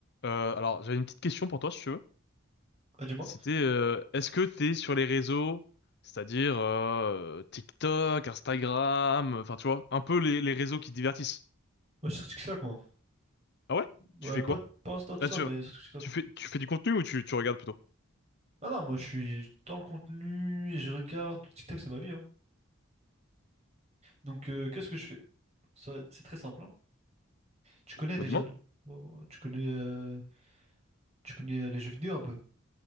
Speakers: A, on the left; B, on the right.
A: Euh, alors, j'avais une petite question pour toi, si tu veux.
B: Ah, dis-moi.
A: C'était, euh, est-ce que t'es sur les réseaux, c'est-à-dire euh, TikTok, Instagram, enfin tu vois, un peu les, les réseaux qui te divertissent.
B: Moi, je suis sur TikTok, moi.
A: Ah ouais?
B: Ouais,
A: Tu fais
B: pas,
A: quoi?
B: pas Insta, tout
A: Ah
B: ça,
A: tu,
B: mais sur TikTok.
A: tu fais, tu fais du contenu ou tu, tu regardes plutôt?
B: Ah non, moi, je suis dans le contenu et je regarde. TikTok, c'est ma vie, hein. Donc, euh, qu'est-ce que je fais? Ça, c'est très simple, hein. Tu connais déjà,
A: Bah dis-moi.
B: donc. Bon, Tu connais, euh, tu connais euh, les jeux vidéo un peu.